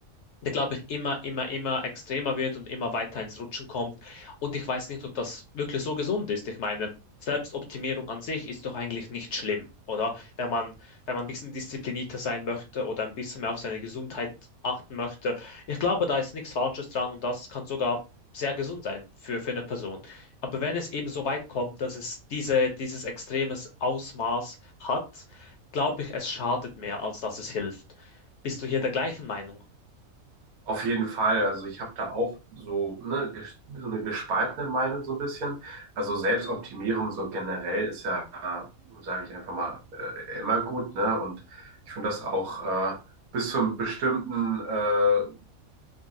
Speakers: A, on the left; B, on the right.
A: der, glaube ich, immer, immer, immer extremer wird und immer weiter ins Rutschen kommt. Und ich weiß nicht, ob das wirklich so gesund ist. Ich meine, Selbstoptimierung an sich ist doch eigentlich nicht schlimm, oder? Wenn man, wenn man ein bisschen disziplinierter sein möchte oder ein bisschen mehr auf seine Gesundheit achten möchte. Ich glaube, da ist nichts Falsches dran und das kann sogar sehr gesund sein für, für eine Person. Aber wenn es eben so weit kommt, dass es diese, dieses extremes Ausmaß hat, glaube ich, es schadet mehr, als dass es hilft. Bist du hier der gleichen Meinung?
B: Auf jeden Fall. Also ich habe da auch so, ne, ges- so eine gespaltene Meinung so ein bisschen. Also Selbstoptimierung so generell ist ja, sage ich einfach mal, äh, immer gut, ne? Und ich finde das auch äh, bis zu einem bestimmten äh,